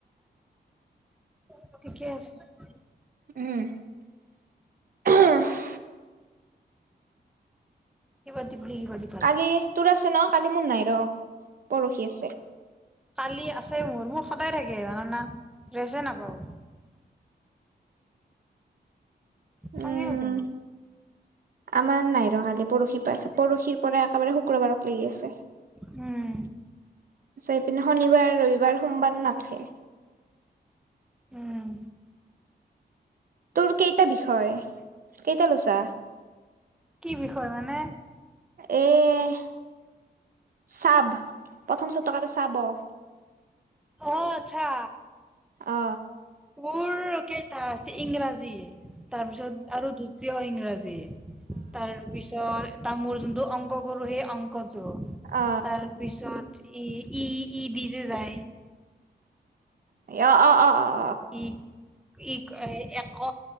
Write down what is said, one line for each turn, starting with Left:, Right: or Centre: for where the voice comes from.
Centre: মোৰ ঠিকে আছে।
Right: উম অঘঘঘ।
Centre: ইবা দিবিলি ইবা দিপ।
Right: কালি তোৰ আছে ন কালি মোৰ নাই ৰ পৰহি আছে।
Centre: কালি আছে মোৰ, মোৰ সদায় থাকে জানানা ৰেচে নাপাওঁ। খঙে
Right: উম
Centre: উঠে মোৰ।
Right: আমাৰ নাই ৰঙালি পৰসি পা আছে পৰসি পৰা একেবাৰে শুক্ৰবাৰক লাগি আছে।
Centre: হম।
Right: চাইপিনে শনিবাৰ ৰবিবাৰ সোমবাৰ নাথকে।
Centre: উম।
Right: তোৰ কেইটা বিষয়, কেইটা লৈছা?
Centre: কি বিষয় মানে?
Right: এ হ চাব প্ৰথম চা ব।
Centre: অ আচ্ছা।
Right: অ।
Centre: তোৰ কেইটা আছে ইংৰাজী তাৰপিছত আৰু দ্বিতীয় ইংৰাজী। তাৰপিছত তাৰ মোৰ যোনটো অংক কৰোঁ সেই অংকটো,
Right: অ অ অ
Centre: তাৰ পিছত ই ই ই দি যে যায়।
Right: অ অ অ অ।
Centre: ই ই কি কয় এক